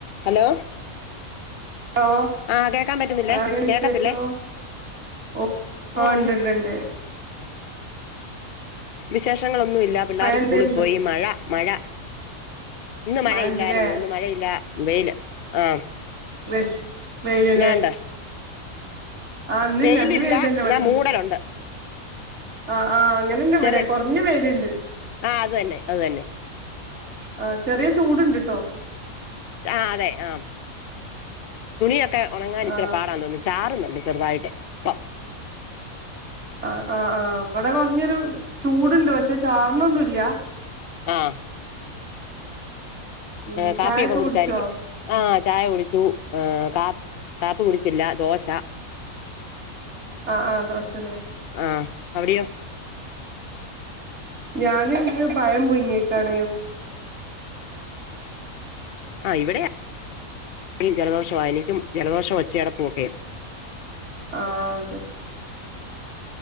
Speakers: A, on the left; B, on the right.
A: Hello
B: hello
A: ആഹ് കേക്കാൻ പറ്റുന്നില്ലേ
B: ആ വിശേഷം
A: കേക്കത്തില്ലേ
B: ഓ
A: ഓ
B: ഉണ്ടെണ്ടുണ്ട്
A: വിശേഷങ്ങളൊന്നുല്ല പിള്ളേര്
B: എന്തായിരുന്നു
A: സ്കൂളിൽ പോയി മഴ മഴ ഇന്ന് മഴയില്ലായിരുന്നു
B: മഴണ്ട്ല്ലേ
A: ഇന്ന് മഴയില്ല വെയില് ആ
B: വെ വെയിലല്ലേ
A: അവടെണ്ടോ
B: ആ ഇന്നില്ല
A: വെയിലില്ല
B: ഇന്ന് വെയിലന്നെ
A: എന്നാ
B: ഇവിടെ
A: മൂടലുണ്ട്
B: ആ ആ അങ്ങനെന്നെ ഇവിടെ
A: ചെറി
B: കൊറഞ്ഞ വെയില്ണ്ട്
A: ആ അത് തന്നെ അത് തന്നെ
B: ആ ചെറിയ ചൂട്ണ്ട്ട്ടോ
A: ആ അതെ ആ തുണിയ ഒക്കെ ഒണങ്ങനിത്ര
B: ആ
A: പാടാന്ന് തോന്നുന്ന് ചാറുന്നുണ്ട് ചെറുതായിട്ട് പ
B: ആ ആ ആ ഇവടെ കൊറഞ്ഞൊരു ചൂടുണ്ട് പക്ഷെ ചാറ്ണൊന്നുല്ല
A: ആ
B: ഉം
A: ഏ
B: ചായൊക്കെ
A: കാപ്പിയൊക്കെ
B: കുടിച്ചോ
A: കുടിച്ചായിരിക്കും ആ ചായ കുടിച്ചു ആ കാ കാപ്പി കുടിച്ചില്ല ദോശ
B: ആ ആ ദോശല്ലേ
A: ആ അവിടെയോ
B: ഞാൻ ഇവിടെ പയം പുയിങ്ങി ഇരിക്കാൻ
A: ആ ഇവിടെ ജലദോഷം മൂക്കടപ്പ് ഓക്കേ ആ
B: ആ അതെ